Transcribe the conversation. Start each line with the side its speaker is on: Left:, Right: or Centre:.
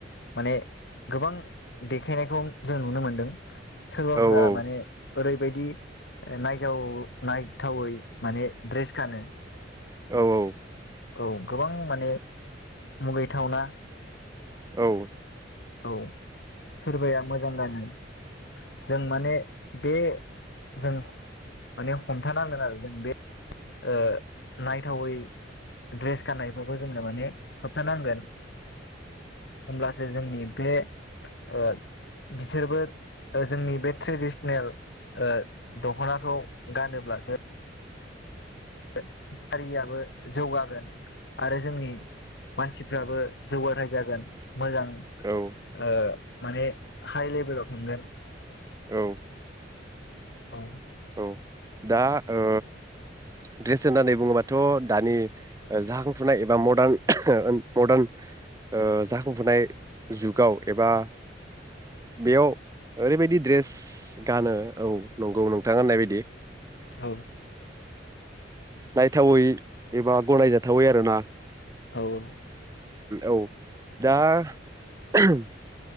Left: माने गोबां देखायनायखौ जों नुनो मोन्दों। सोरबाफोरा
Right: औ
Left: माने ओरैबायदि नायजाव नायथावै माने ड्रेस गानो।
Right: औ औ।
Left: औ गोबां माने मुगैथावना
Right: औ।
Left: औ। सोरबाया मोजां गानो, जों माने बे जों माने हमथानांगोन आरो जों बे ओ नायथावै ड्रेस गाननायफोरखौ जोंनो माने होबथा नांगोन होमब्ला जे जोंनि बे ओ बिसोरबो ओ जोंनि बे ट्रेडिसनेल ओ दखनाखौ गानोब्लासो ओ हारियाव बो जौगागोन आरो जोंनि मानसि फ्राबो जौगाथाय जागोन मोजां
Right: औ
Left: ओ माने हाइ लेभेलाव थांगोन
Right: औ
Left: औ
Right: औ दा ओ ड्रेस होननानै बुङोबाथ दानि ओ जाखांफुनाय एबा मडार्न मडार्न ओ जाखांफुनाय जुगाव एबा बेयाव ओरैबायदि ड्रेस गानो औ नंगौ नंगौ नोंथां होननाय बायदि
Left: औ
Right: नायथावै एबा गनायजाथावै आरो ना
Left: औ
Right: औ दा <unintelligible>